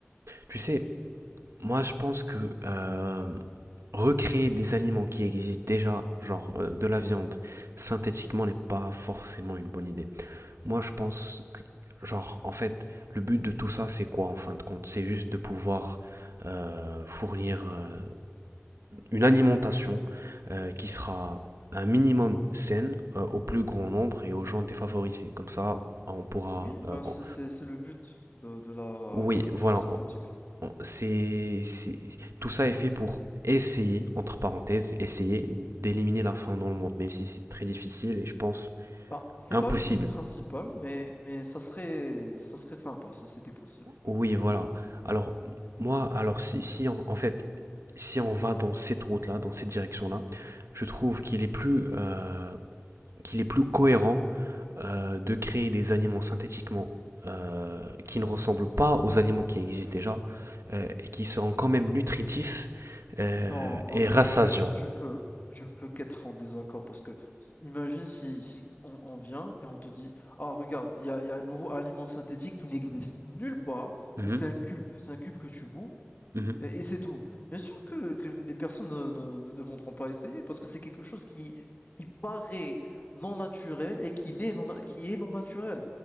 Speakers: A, on the right (about 80°); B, on the left (about 40°).
A: tu sais, moi, je pense que euh, recréer des aliments qui existent déjà, genre euh, de la viande, synthétiquement, n'est pas forcément une bonne idée. Moi, je pense que, genre, en fait, le but de tout ça, c'est quoi en fin de compte? C'est juste de pouvoir euh, fournir euh, une alimentation euh, qui sera un minimum saine euh, au plus grand nombre et aux gens défavorisés. Comme ça, on pourra.
B: Oui,
A: euh,
B: ben
A: on-
B: c'est c'est- c'est le but de, de la,
A: Oui,
B: de la nourriture
A: voilà.
B: synthétique.
A: on- C'est, c'est- Tout ça est fait pour essayer, entre parenthèses, essayer d'éliminer la faim dans le monde, même si c'est très difficile et je pense
B: Bah, c'est
A: impossible.
B: pas le but principal, mais, mais ça serait, ça serait sympa si c'était possible.
A: Oui, voilà. Alors, moi, alors si, si on- en fait, si on va dans cette route-là, dans cette direction-là, je trouve qu'il est plus, euh, qu'il est plus cohérent euh, de créer des aliments synthétiquement euh, qui ne ressemblent
B: Euh,
A: pas aux aliments qui existent déjà euh, et qui seront quand même nutritifs euh,
B: non, non,
A: et
B: non,
A: rassasiants.
B: non, je, je, je ne peux, je ne peux qu'être en désaccord parce que imagine si, si on, on vient et on te dit, ah, regarde, il y a, il y a un nouveau aliment synthétique qui n'existe nulle part,
A: Mhm,
B: c'est un cube, c'est un cube que tu bouts,
A: mhm.
B: Et, et c'est tout. Bien sûr que, que les personnes ne, ne, ne voudront pas essayer parce que c'est quelque chose qui, qui paraît non naturel et qui est non, qui est non naturel.